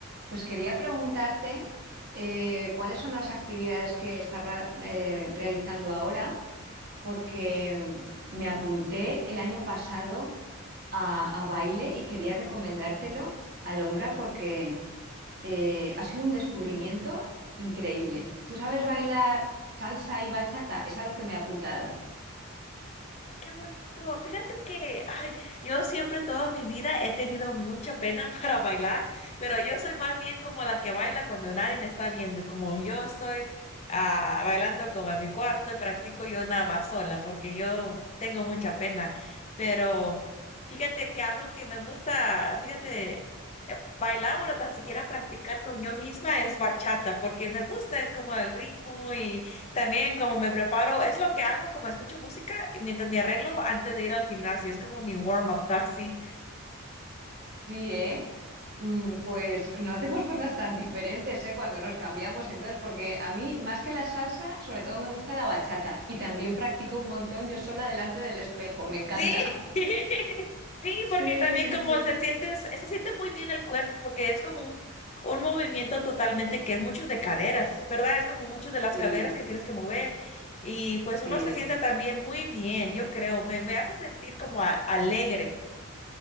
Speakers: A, on the right; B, on the left.
A: Pues quería preguntarte eh, cuáles son las actividades que estás ra- eh, realizando ahora, porque mm, me apunté el año pasado a, a baile y quería recomendártelo, Alondra, porque eh, ha sido un descubrimiento increíble. ¿Tú sabes
B: Ah,
A: bailar salsa y bachata? Es a lo que me he apuntado.
B: qué bonito. Fíjate que, ay, yo siempre toda mi vida he tenido mucha pena <laughs> para bailar, pero yo soy más bien como la que baila cuando nadie me está viendo. Como yo estoy ah, bailando como en mi cuarto, practico yo nada más sola porque yo tengo mucha pena. Pero fíjate que algo que me gusta, fíjate, eh, bailar o tan siquiera practicar con yo misma es bachata porque me gusta, es como el ritmo También como me preparo, es lo que hago, como escucho música y mientras me arreglo antes de ir al gimnasio, es como mi warm-up casi.
A: Sí, ¿eh? Mm, Pues no hacemos cosas tan diferentes, ¿eh? Cuando nos cambiamos, entonces, porque a mí, más que la salsa, sobre todo me gusta la bachata y también practico un montón yo sola delante del espejo, me encanta.
B: Sí,
A: <laughs>
B: <laughs> sí,
A: Sí,
B: porque también
A: sí,
B: como
A: sí.
B: se siente, se siente muy bien el cuerpo, porque es como un, un movimiento totalmente que es mucho de caderas, ¿verdad? Es como mucho de las
A: Sí,
B: caderas que tienes que mover y pues
A: sí,
B: uno se siente también muy bien, yo creo, me, me hace sentir como a- alegre.